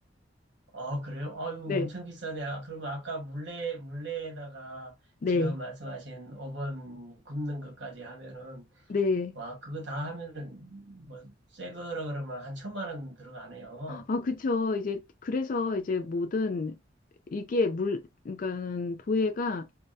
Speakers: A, on the right; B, on the left.
A: 아, 그래요? 아유,
B: 네,
A: 엄청 비싸네. 아, 그러면 아까 물레, 물레에다가
B: 네,
A: 지금 말씀하신 5번 굽는 것까지 하면은,
B: 네.
A: 와, 그거 다 하면은, 뭐, 새 거라 그러면 한 천만 원 들어가네요.
B: 아, 그쵸. 이제 그래서 이제 모든 이게 물, 그러니까는 도예가